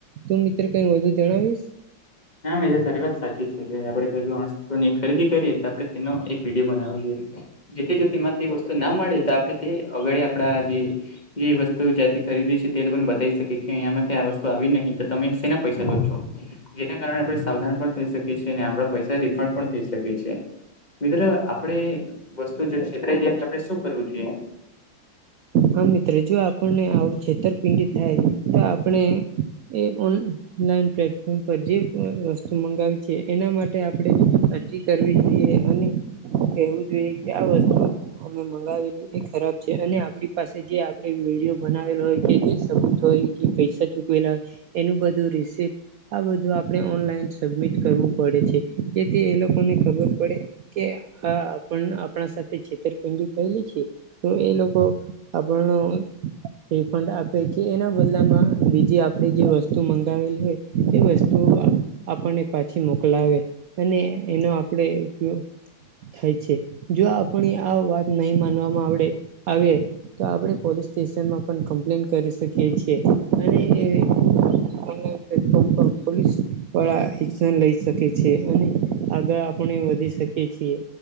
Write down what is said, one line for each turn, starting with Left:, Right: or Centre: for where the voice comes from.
Right: તું મિત્ર કઈ વધુ જણાવીશ
Left: ના મેજર સારી વાત સાચી છે જે આપણે કોઈ ની ખરીદી કરીએ તો આપડે તેનો એક વિડીયો બનાવો જોઈએ. જેથી જો તેમાં વસ્તુ ના મળે તો આપે તે આગડ આપણા જે જે વસ્તુ જ્યાંથી ખરીદી છે તે લોકોને બતાવી શકે કે અહીંમાંથી આ વસ્તુ આવી નહી તો તમે શેના પૈસા લો છો જેના કારણે આપણે સાવધાન પણ થઈ શકીએ છીએ અને આપણા પૈસા રિફંડ પણ થઇ શકીએ છીએ. મિત્ર આપણેે વસ્તુ જો છેતરાઈ જાય તો આપણે શું કરવું જોઈએ?
Right: હા મિત્ર જો આપણને આવું છેતરપિંડી થાય તો આપણે એ ઓન ઓનલાઈન પ્લેટફોર્મ પર જે વસ્તુ મંગાવી છે એના માટે આપણે અરજી કરવી જોઈએ અને કેહેવું જોઈએ કે આ વસ્તુ અમે મંગાવેલી એ ખરાબ છે અને આપડી પાસે જે આપણે વિડીયો બનાવેલો હોય કે જે શબ્દ હોય જે પૈસા ચૂકવેલા હોય એનું બધું રિસિપ આ બધું આપણે ઓનલાઈન સબમિટ કરવું પડે છે જેથી એ લોકોને ખબર પડે કે હા આપણ આપણા સાથે છેતરપિંડી થયેલી છે તો એ લોકો આ પણ નો રિફંડ આપે કે એના બદલામાં બીજી આપણે જે વસ્તુ મંગાવેલી હોય એ વસ્તુ આ આપણને પાછી મોકલાવે અને એનો આપણે ઉપયોગ થાય છે જો આપણી આ વાત નહીં માનવામાં આવડે આવે તો આપણે પોલીસ સ્ટેશનમાં પણ કમ્પ્લેન કરી શકીએ છીએ અને એ <inaudible> પ્લેટફોર્મ પર પોલીસ વાળા એક્શન લઈ શકે છે અને આગ આપણે વધી શકી છીએ